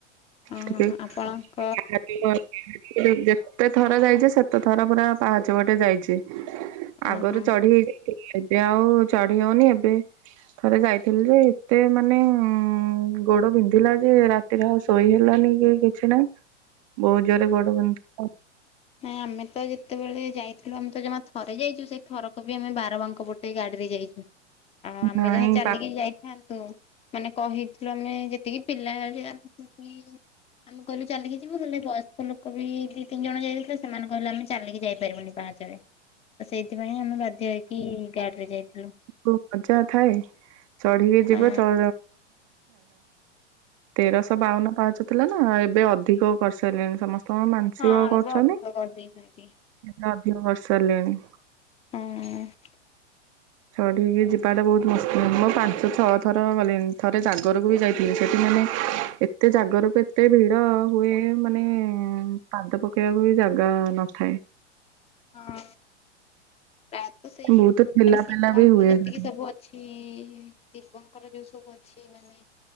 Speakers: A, on the left; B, on the right.
A: ହଁ
B: ଠିକ।
A: ଆପଣଙ୍କ
B: <unintelligible> ଯେତେ ଥର ଯାଇଛି ସେତେ ଥର ପୁରା ପାହଚ ପଟେ ଯାଇଛି। ଆଗରୁ
A: ଓହୋ
B: ଚଢି ହେଇଯାଇଥିଲ ଏବେ ଆଉ ଚଢି ହଉନି ଏବେ ଥରେ ଯାଇ। ଥିଲି ଏତେ ମାନେ ଉଁ ଗୋଡ ବିନ୍ଧିଲା ଯେ ରାତିରେ ଆଉ ଶୋଇ ହେଲାନି କି କିଛି ନାହିଁ।
A: <unintelligible>
B: ବହୁତ ଜୋରେ ଗୋଡ଼ ବିନ୍ଧୁଥିବ ଆଉ
A: ନାଇଁ ଆମେ ତ ଯେତେବେଳେ ଯାଇଥିଲୁ ଆମେ ତ ଜମା ଥରେ ଯାଇଛୁ, ସେଇ ଥରକ ବି ଆମେ ବାର ବାଙ୍କ ପଟେ ଗାଡିରେ ଯାଇଛୁ। ଆଉ ଆମେ
B: ନାଇଁ
A: ଯାହା ଚାଲିକି
B: ପା
A: ଯାଇଥାନ୍ତୁ ମାନେ କହିଥିଲୁ ଆମେ ଯେତିକି ପିଲା ଯିବେ ଆ ଆମେ କହିଲୁ ଚାଲିକି ଯିବୁ ହେଲେ ବୟସ୍କ ଲୋକ ବି ଦି ତିନି ଜଣ ଯାଇ ଥିଲେ ସେମାନେ କହିଲେ ଆମେ ଚାଲିକି ଯାଇପାରିବୁନି ପାହାଚରେ। ତ ସେଇଥିପାଇଁ ଆମେ ବାଧ୍ୟ ହେଇକି ଗାଡି ରେ ଯାଇଥିଲୁ।
B: ଖୁବ ମଜା ଥାଏ ଚଢିକି
A: ହଁ
B: ଯିବା ଚ ତେରଶହ ବାଉନ ପାହାଞ୍ଚ ଥିଲା ନା ଏବେ ଅଧିକ କରିସାରିଲେଣି ସମସ୍ତେ କଣ ମାନସିକ
A: ହଁ
B: କରୁଛନ୍ତି।
A: ଏବେ ଅଧିକ କରିଦେଇଛନ୍ତି
B: ଏବେ ଅଧିକ କରି ସାରିଲେଣି।
A: ହଁ
B: ଚଢିକି ଯିବାଟା ବହୁତ ମସ୍ତ। ମୁଁ ପାଞ୍ଚ ଛଅ ଥର ଗଲିଣି ଥରେ ଜାଗରକୁ ବି ଯାଇଥିଲି। ସେଠି ମାନେ ଏ ଏତେ ଜାଗରକୁ ଏତେ ଭିଡ଼ ହୁଏ ମାନେ ପାଦ ପକେଇବାକୁ ବି ଜାଗା ନଥାଏ।
A: ହଁ ପ୍ରାୟତଃ ସେଇ
B: ବହୁତ
A: ମାନେ
B: ଠେଲା
A: ଶିବଙ୍କ
B: ପେଲା ବି ହୁଏ
A: ଯେତିକି
B: ସେଠି
A: ସବୁ ଅ ଅଛି ଶିବଙ୍କର ଯୋଉ ସବୁ ଅଛି ମାନେ